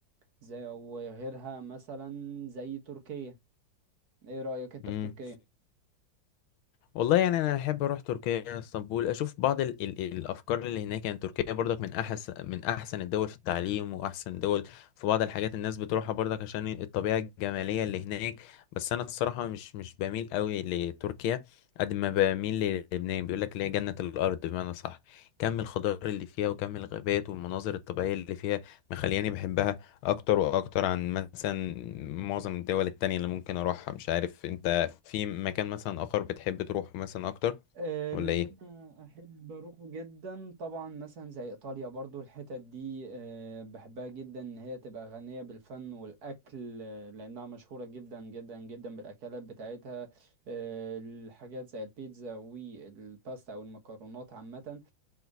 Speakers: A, on the right (about 50°); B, on the left (about 80°).
A: زي وغيرها مثلا زي تركيا ايه رأيك انت
B: امم
A: في تركيا
B: والله يعني انا احب اروح تركيا اسطنبول اشوف بعض ال ال الافكار اللي هناك يعني تركيا برضك من احسن من احسن الدول في التعليم واحسن دول في بعض الحاجات الناس بتروحها برضك عشان الطبيعه الجماليه اللي هناك بس انا الصراحه مش مش بميل قوي لتركيا قد ما بميل للبنان بيقول لك اللي هي جنه الارض بمعنى صح كم الخضار اللي فيها وكم الغابات والمناظر الطبيعيه اللي فيها مخلياني بحبها اكتر واكتر عن مثلا معظم الدول التانية اللي ممكن اروحها مش عارف انت في مكان مثلا آخر بتحب تروحه مثلا أكتر
A: آه،
B: ولا
A: اللي
B: إيه؟
A: انا احب اروحه جدا طبعا مثلا زي ايطاليا برضو الحتت دي آه، بحبها جدا ان هي تبقى غنية بالفن والاكل آه، لانها مشهورة جدا جدا جدا بالاكلات بتاعتها آه، الحاجات زي البيتزا والباستا او المكرونات عامة